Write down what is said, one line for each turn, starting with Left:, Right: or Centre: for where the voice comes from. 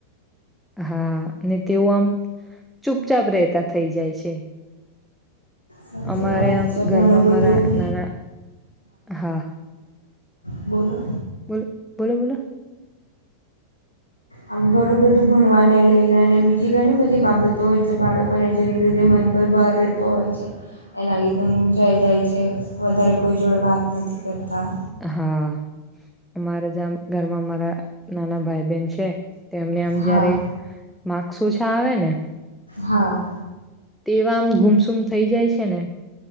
Centre: હા, અને તેઓ આમ ચુપચાપ રહેતા થઈ, જાય છે.
Left: સાચી
Centre: <inaudible> અમારે
Left: વાત
Centre: આમ
Left: છે
Centre: ઘરમા,
Left: ઘણું બધું
Centre: મારા નાના, હા.
Left: બોલો.
Centre: બોલો, બોલો બોલો.
Left: આમ ઘણું, બધું ભણવાને લઈને, અને બીજી ઘણી બધી બાબતો હોય છે, બાળકોને જેને લીધે મન. પર ભાર રહેતો હોય છે. એના લીધે હું, જઈ જાય છે, વધારે કોઈ જોડે વાત નથી, કરતા.
Centre: હા, અમારે જેમ ઘરમાં મારા નાના ભાઈ, બેન છે. તોમને આમ
Left: હા
Centre: જયારે માર્કસ ઓછા, આવે ને.
Left: હા.
Centre: તેવા આમ ગુમસુમ થઈ જાય, છેને.